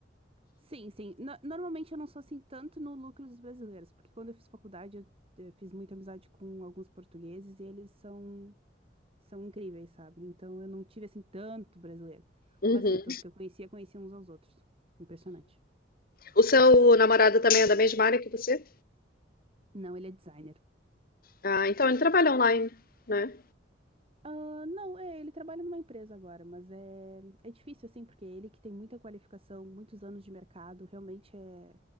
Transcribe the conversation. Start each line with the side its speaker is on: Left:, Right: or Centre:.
Right: Sim, sim. No- normalmente eu não sou assim tanto no lucro dos brasileiros, porque quando eu fiz faculdade eu, eh, fiz muita amizade com alguns portugueses e eles são, são incríveis, sabe? Então eu não tive assim tanto brasileiro.
Left: Uhum.
Right: Mas assim, todos que eu conhecia, conheciam uns aos outros. Impressionante.
Left: O seu namorado também é da mesma área que você?
Right: Não, ele é designer.
Left: Ah, então ele trabalha online, né?
Right: Ah, não, é, ele trabalha numa empresa agora, mas é, é difícil, assim, porque ele que tem muita qualificação, muitos anos de mercado, realmente é,